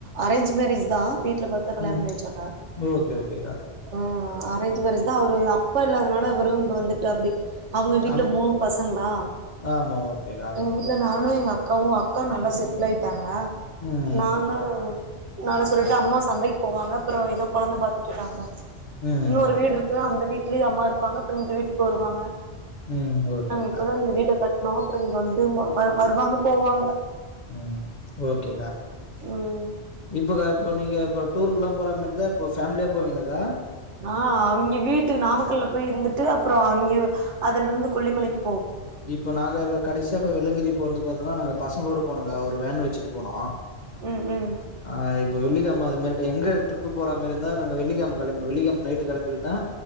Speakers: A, on the right; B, on the left.
A: அரேஞ்ச் மேரேஜ் தா வீட் வீட்ல பாத்து தா கல்யாண
B: ம்
A: பண்ணி வச்சாங்க
B: ஓகே ஓகேக்கா
A: ஆ அரேஞ்ச் மேரேஜ் தா அவரு அப்பா இல்லாதனால இவரு இங்க வந்துட்டாப்டி அவங்க வீட்ல
B: அண்
A: மூணு பசங்களா
B: ஆமா ஓகேக்கா
A: வீட்ல நானு எங்க அக்காவு அக்கா நல்லா செட்டிலாயிட்டாங்க
B: ம்
A: நா தா வேல சொல்லிட்டு அம்மா சந்தைக்கு போவாங்க அப்றோ எதோ கொழந்த பாத்துட்டுருக்காங்க
B: ம் ம்
A: இன்னொரு வீடிருக்கு அந்த வீ லயும் அம்மா இருப்பாங்க அப்றோ இந்த வீட்டுக்கு வருவாங்க
B: ம் ஓகேக்கா
A: நாங்க இப்ப தா இந்த வீட்ட கட் நா அப்றோ இங்க வந் திரும்ப வ வருவாங்க போவாங்க
B: ம் ஓகே கா
A: ம்
B: இப்ப க இப்ப நீங்க இப்ப டூருக்கல்லா போற மாரி இருந்தா இப்ப ஃபேமிலியா போவீங்களாக்கா
A: ஆ அவிங்க வீட்டு நாமக்கல்ல போய் இருந்துட்டு அப்றோ அங்க அதுலருந்து கொல்லிமலைக்கி
B: இப்ப நாங்க எல்லா கடசியா கா வெள்ளங்கிரி இப்ப வந்து பாத்தீன்னா நாங்க பசங்களோட போனங்கா ஒரு வேன் வச்சுட்டு போனோ
A: ம் ம்
B: ஆ இப்போ வெள்ளிக்கிழ ழம அது மாரி எங்க ட்ரிப் போற மாரி இருந்தா நாங்க வெள்ளிகெழம கெளம்பி வெள்ளிக்கெழம நைட்டு கெளம்பி போயிர்ந்தா